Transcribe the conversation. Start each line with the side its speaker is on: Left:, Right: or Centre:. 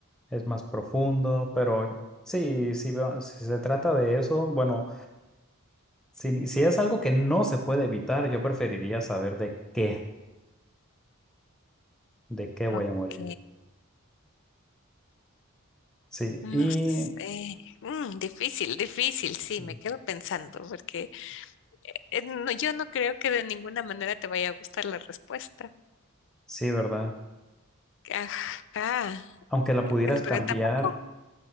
Centre: es más profundo, pero sí, si, va- si se trata de eso, bueno. Si, si es algo que no se puede evitar, yo preferiría saber de qué, de qué voy
Left: Ok,
Centre: a morir. Sí,
Left: no
Centre: y
Left: sé. Mm, difícil, difícil, sí,
Centre: sí,
Left: me quedo pensando, porque Eh, no, yo no creo que de ninguna manera te vaya a gustar la respuesta.
Centre: sí, ¿verdad?
Left: Ajá.
Centre: Aunque la pudieras
Left: Bueno, pero
Centre: cambiar,
Left: tampoco,